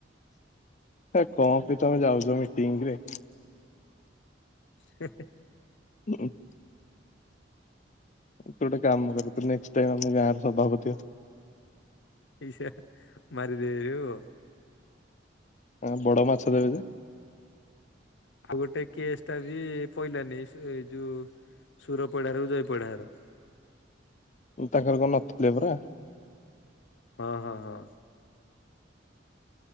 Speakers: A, on the left; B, on the left.
A: ହେ କଣ ପାଇଁ ତମେ ଯାଉଚ ମିଟିଂରେ।
B: ହେଃ
A: ହୁଁ। ତୁ ଗୋଟେ କାମ କର ତୁ ନେକ୍ସଟାଇମ ଆମ ଗାଁରେ ସଭାପତି ହ।
B: ଇାସା ମରିଦେରୁ‌- <inaudible>
A: ହ ବଡ ମାଛ ଦେବେ ଯେ।
B: ଆଉ ଗୋଟେ କେସ୍ ଟା ବି ପହିଲାନି ଏଇ ଯୋଉ ସୁରପଡା ର ଜୟପଡା ଘର।
A: ତାଙ୍କର କଣ ନଥିଲେ ପରା!
B: ହଁ ହଁ ହଁ।